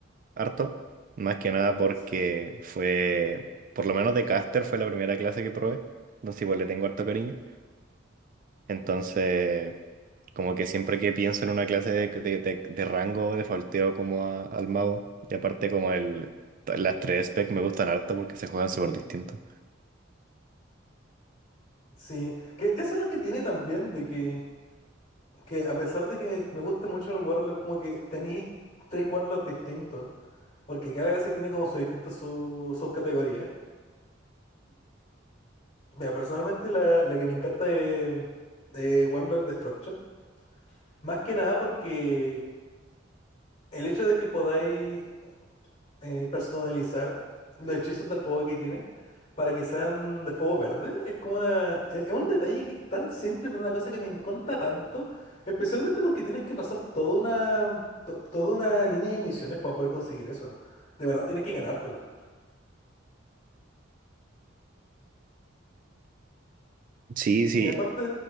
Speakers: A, on the right; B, on the left.
A: harto, más que nada porque
B: S-
A: fue, por lo menos de caster fue la primera clase que probé, entonces igual le tengo harto cariño, entonces como que siempre que pienso en una clase de, de, de, de rango, de falteo como a- al mago, y aparte como el, las tres specs me gustan harto porque se juegan súper distintos.
B: Sí, que eso es lo que tiene también de que, que a pesar de que me guste mucho el Warlock, como que tení tres Warlocks distintos, porque cada clase tiene como su distinta su subcategoría. Mira, personalmente la, la que me encanta de, de Warlock Destruction, más que nada porque el hecho de que podáis eh, personalizar los hechizos de fuego que tiene para que sean de fuego verde, es como una, es es un detalle que- tan simple, pero una cosa que me encanta tanto, especialmente porque tienes que pasar toda una, to- toda una línea de misiones para poder conseguir eso. De verdad tienes que ganártelo.
A: Sí, sí.
B: Y aparte,